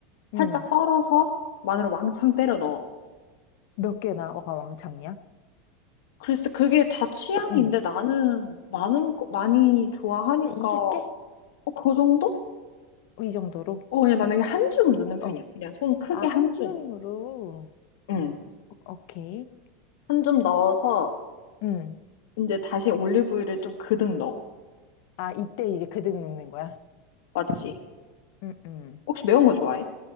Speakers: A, on the left; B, on the left.
A: 살짝
B: 응.
A: 썰어서 마늘을 왕창 때려 넣어.
B: 몇 개나 어가 왕창이야?
A: 글쎄, 그게 다 취향인데
B: 응.
A: 나는 많은, 거- 많이 좋아하니까,
B: 한 20개?
A: 어, 그 정도?
B: 이 정도로?
A: 어, 그냥 나는 한 줌 넣는 편이야.
B: 어.
A: 그냥 손 크게
B: 아, 한
A: 한
B: 줌으로?
A: 줌. 응.
B: 오- 오케이.
A: 한 줌 넣어서,
B: 응.
A: 이제 다시 올리브유를 좀 그득 넣어.
B: 아, 이때 이제 그득 넣는 거야?
A: 맞지?
B: 응, 응.
A: 혹시 매운 거 좋아해?